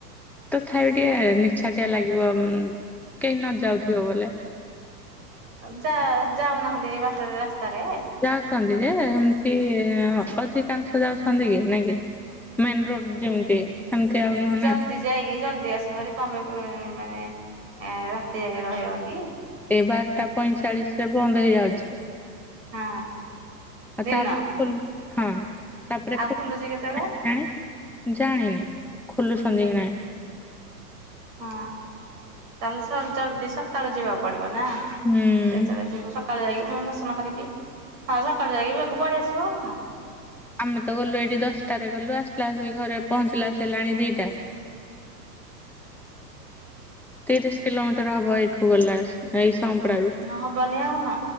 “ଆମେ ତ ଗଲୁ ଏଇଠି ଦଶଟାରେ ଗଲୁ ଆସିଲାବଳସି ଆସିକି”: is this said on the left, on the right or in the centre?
Centre